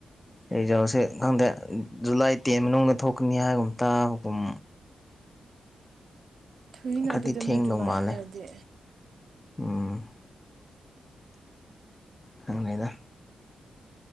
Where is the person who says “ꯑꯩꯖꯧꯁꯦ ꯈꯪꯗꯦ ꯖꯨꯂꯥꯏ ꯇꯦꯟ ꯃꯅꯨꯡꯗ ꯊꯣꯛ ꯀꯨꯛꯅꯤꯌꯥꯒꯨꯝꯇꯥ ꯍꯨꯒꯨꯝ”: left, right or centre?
Left